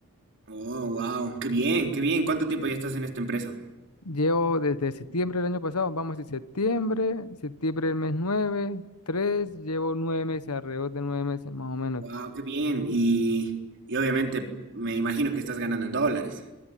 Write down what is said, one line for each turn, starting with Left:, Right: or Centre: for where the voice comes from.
Right: Oh, wow. Qué bien, qué bien. ¿Cuánto tiempo ya estás en esta empresa?
Left: Llevo desde septiembre del año pasado, vamos a septiembre, septiembre del mes nueve 3 llevo 9 meses, alrededor de 9 meses más o menos.
Right: Wow, qué bien. Y, y obviamente me imagino que estás ganando en dólares.